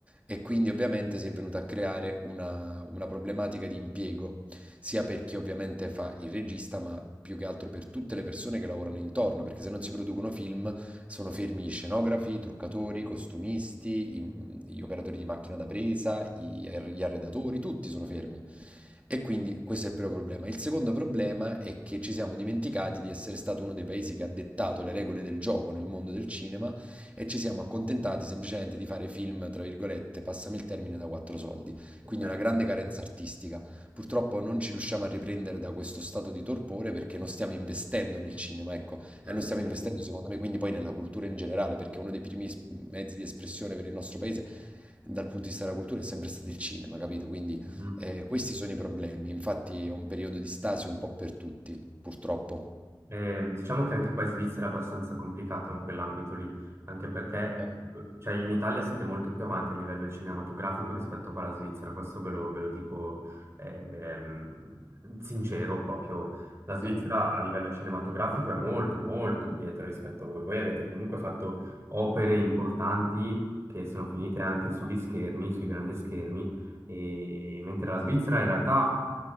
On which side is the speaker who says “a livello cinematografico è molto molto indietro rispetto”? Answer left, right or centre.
Right